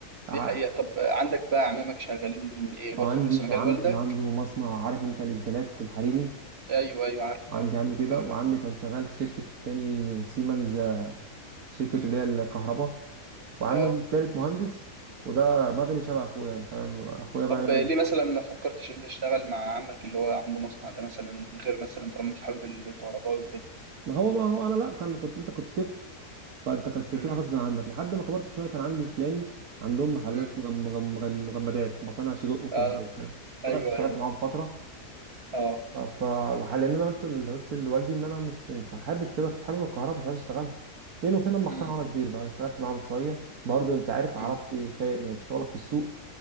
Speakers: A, on the right; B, on the right.
A: ع-
B: دي حقيقة طب عندك بقى أعمامك شغالين إيه برضه
A: عندي
B: في نفس مجال
A: عمي
B: والدك
A: عنده مصنع عارف انت الاسدالات الحريمي
B: أيوة أيوة عارفه
A: عندي عمي كده
B: أه
A: وعمي كان شغال في شركة تاني سيمنز آه، شركة
B: مم.
A: اللي هي الكهرباء وعمي
B: اه
A: التالت مهندس وده مدني شبه اخويا يعني فاهم اخويا بقى
B: طب
A: يعمل
B: ليه مثلا ما فكرتش انت تشتغل مع عمك اللي هو عنده مصنع ده مثلا غير مثلا طالما مش حابب الكهرباء وكده
A: ما هو ما هو انا لا كان كنت انت كنت طفل فانت كنت
B: امم
A: بتروح غصب عنك لحد ما كبرت شويه كان عندي خلاني عندهم محلات
B: امم
A: مجم- مجم- مجم- مجمدات مصانع صدوق وكبده
B: اه
A: والكلام ده
B: ايوه
A: رحت اشتغلت
B: ايوه
A: معاهم فتره
B: اه
A: فحاليا انا قلت ل- قلت لوالدي ان انا مش مش حابب كده مش حابب الكهرباء مش عايز اشتغلها فين وفين اما
B: امم
A: اقتنع وانا كبير بقى اشتغلت معاهم شويه برضه انت عارف
B: امم
A: عربتي شويه شغلك في السوق